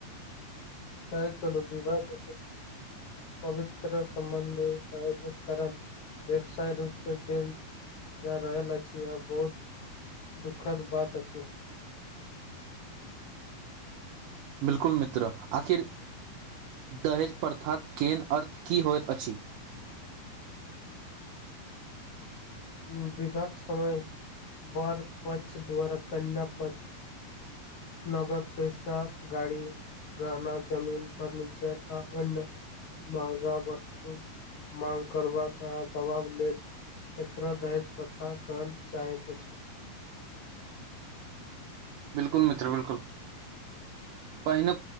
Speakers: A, on the left; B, on the right.
A: सही कहलू विवाह <unintelligible> पवित्र सम्बन्ध आयोजक कारण व्यवसाय रूपसँ देल जा रहल अछि आ बहुत दुखद बात अछि
B: बिल्कुल मित्र आखिर दहेज प्रथाक केन अर्थ की होइत अछि
A: विवाहक समय बर पक्ष द्वारा कन्या पक्ष नगद पैसा गाड़ी गहना जमीन फर्णचर आ ओना महगा वस्तु माग करबाका आ दबाब लेल एकरा दहेज प्रथा कहल जाइत अछि
B: बिल्कुल मित्र बिल्कुल पहिने